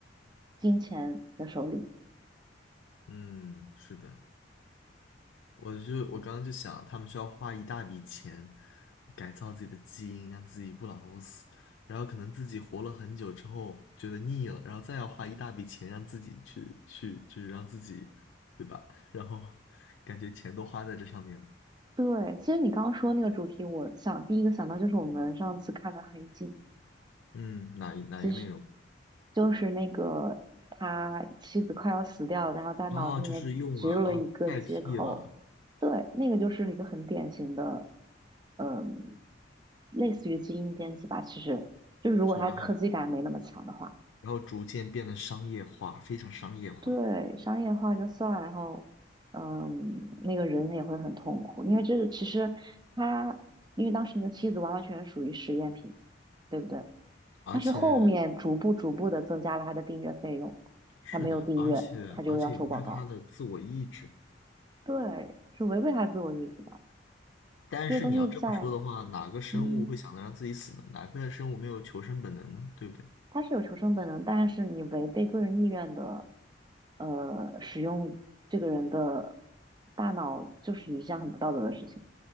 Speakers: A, on the right; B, on the left.
A: 金钱的手里。
B: 嗯，是的。我就我刚刚就想，他们需要花一大笔钱改造自己的基因，让自己不老不死，然后可能自己活了很久之后觉得腻了，然后再要花一大笔钱让自己去去去让自己，对吧？然后感觉钱都花在这上面了。
A: 对，其实你刚刚说那个主题，我想第一个想到就是我们上次看的《黑镜》。
B: 嗯，哪一哪一个内容？
A: 其实就是那个他妻子快要死掉了，然后在脑子里面植入了一个接口，
B: 啊，就是用了啊，代替了，
A: 对，那个就是一个很典型的，嗯，类似于基因编辑吧。其实就是如果他科技感没那么强的话，
B: 是然后然后逐渐变得商业化，非常商业化，
A: 对，商业化就算了，然后，嗯，那个人也会很痛苦，因为这个其实他，因为当时你的妻子完完全全属于实验品，对不对？
B: 而且
A: 他是后面逐步逐步的增加了他的订阅费用，
B: 是的，
A: 他没有订阅，
B: 而且而且也不是他的自我意志。
A: 他就要收广告，对，是违背他自我意志的。
B: 但是你要这么说的话，
A: 这个东西在，
B: 哪个生物会想着让自己死呢？
A: 嗯，
B: 哪个生物没有求生本能呢？对不对？
A: 他是有求生本能，但是你违背个人意愿的，呃，使用这个人的大脑，就是一项很不道德的事情。